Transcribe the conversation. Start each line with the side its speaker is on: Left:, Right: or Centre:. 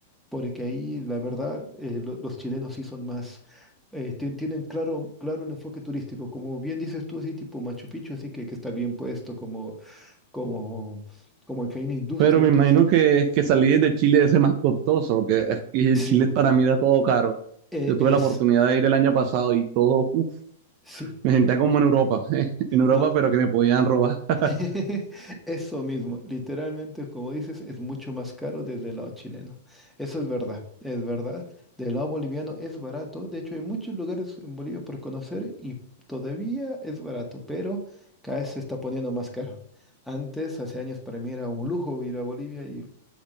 Centre: porque ahí la verdad, eh, lo- los chilenos sí son más, eh, tien- tienen claro, claro el enfoque turístico, como bien dices tú, así tipo Machu Picchu, así que, que está bien puesto, como, como, como que hay una industria
Right: Pero me
Centre: turística.
Right: imagino que, que salir de Chile es más costoso, que aquí en
Centre: Sí,
Right: Chile para mí era todo caro.
Centre: eh,
Right: Yo tuve
Centre: es,
Right: la oportunidad de ir el año
Centre: mm,
Right: pasado y todo, uf,
Centre: sí.
Right: me sentía
Centre: e-,
Right: como en Europa, <laughs> en Europa,
Centre: No,
Right: pero que me podían robar.
Centre: <laughs>
Right: <laughs>
Centre: Eso mismo, literalmente, como dices, es mucho más caro desde el lado chileno. Eso es verdad, es verdad. Del lado boliviano es barato. De hecho, hay muchos lugares en Bolivia por conocer y todavía es barato, pero cada vez se está poniendo más caro. Antes, hace años, para mí era un lujo ir a Bolivia y